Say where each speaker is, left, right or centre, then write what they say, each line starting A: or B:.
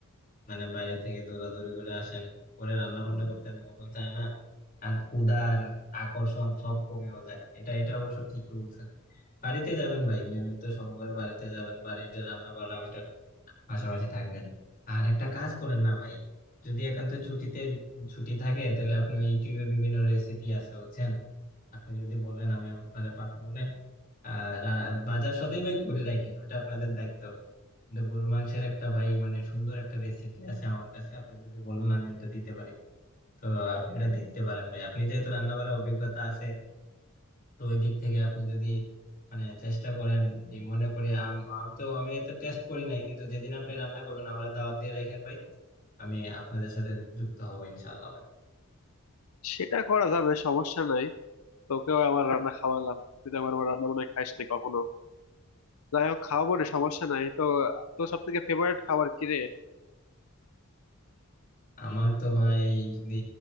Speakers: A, on the left (about 40°); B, on the left (about 80°).
A: মানে বাইরে থেকে দৌড়াদৌড়ি করে আসেন পরে রান্না বান্না করতে আর মনও চায় না আর ক্ষুধার আকর্ষণ সব কমেও যায় এটা এটা অবশ্য ঠিকই বলছেন বাড়িতে যাবেন ভাই নিয়মিত সময় করে বাড়িতে যাবেন বাড়ির যে রান্না বান্না ওইটার পাশাপাশি থাকবেন আর একটা কাজ করেন না ভাই যদি একান্ত ছুটিতে ছুটি থাকে তাহলে আপনি ওই ইউটিউবে বিভিন্ন রেসিপি আছে হচ্ছেন আপনি যদি বলেন আমি আপনারে পাঠাবো না আহ রা- বাজার সদাই ভাই করে রাখেন ওটা আপনাদের দায়িত্ব কিন্তু গরুর মাংসের একটা ভাই মানে সুন্দর একটা রেসিপি আছে আমার কাছে আপনি যদি বলেন আমি ওটা দিতে পারি তো আপনি ওটা দেখতে পারেন ভাই আপনি যেহেতু রান্না করার অভিজ্ঞতা আছে তো ওই দিক থেকে আপনি যদি মানে চেষ্টা করেন ভাই মনে করি আম- আমি তো আমি তো টেস্ট করি নাই কিন্তু যেদিন আপনি রান্না করবেন আমার দাওয়াত দিয়ে রাখেন ভাই আমি আপনাদের সাথে যুক্ত হবো ইনশাল্লাহ ভাই
B: সেটা করা যাবে সমস্যা নাই তোকেও আমার রান্না খাওয়ালাম তুই তো আমার আমার রান্না বান্না খাইস না কখনো যাই হোক খাওয়াবো রে সমস্যা নাই তো তোর সব থেকে ফেভারিট খাবার কি রে
A: আমার তো ভাই যদি